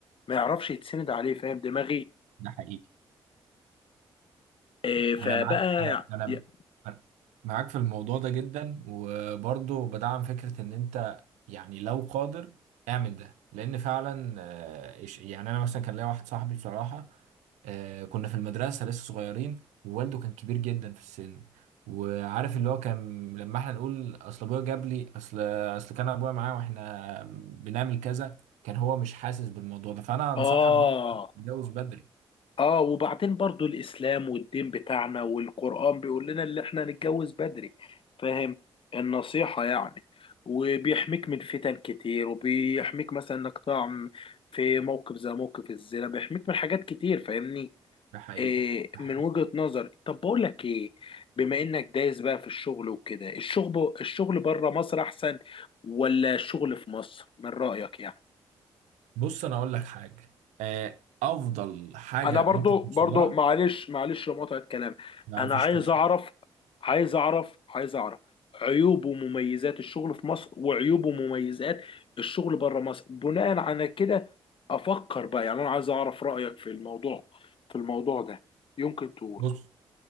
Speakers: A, on the left (about 45°); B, on the right (about 80°).
A: ما يعرفش يتسند عليه فاهم دماغي
B: ده حقيقي
A: إيه فبقى
B: انا معاك انا انا
A: يعني
B: أنا معاك في الموضوع ده جدا وبرضه بدعم فكرة ان انت يعني لو قادر اعمل ده لان فعلا آه، إيش- يعني انا مثلا كان ليا واحد صاحبي بصراحة آه، كنا في المدرسة لسه صغيرين ووالده كان كبير جدا في السن وعارف اللي هو كان لما احنا نقول اصل ابويا جاب لي اصل اصل كان ابويا معايا واحنا بنعمل كذا كان هو مش حاسس بالموضوع ده فانا انصحك
A: اه
B: برضه تتجوز بدري
A: اه وبعدين برضو الاسلام والدين بتاعنا والقرآن بيقول لنا اللي احنا نتجوز بدري فاهم النصيحة يعني وبيحميك من فتن كتير وبيحميك مثلا انك تقع في موقف زي موقف الزنا بيحميك من حاجات كتير فاهمني
B: ده حقيقي
A: إيه
B: ده
A: من
B: حقيقي
A: وجهة نظري طب بقول لك ايه بما انك دايس بقى في الشغل وكده الشغل الشغل بره مصر احسن ولا الشغل في مصر من رأيك يعني
B: بص انا اقول لك حاجه آه، افضل حاجه
A: انا برضو
B: ممكن توصل
A: برضو
B: لها
A: معلش معلش لمقاطعة كلام
B: لا
A: انا
B: مفيش
A: عايز
B: مشكله
A: اعرف عايز اعرف عايز اعرف عيوب ومميزات الشغل في مصر وعيوب ومميزات الشغل بره مصر بناء على كده افكر بقى يعني انا عايز اعرف رأيك في الموضوع في الموضوع ده يمكن تقول
B: بص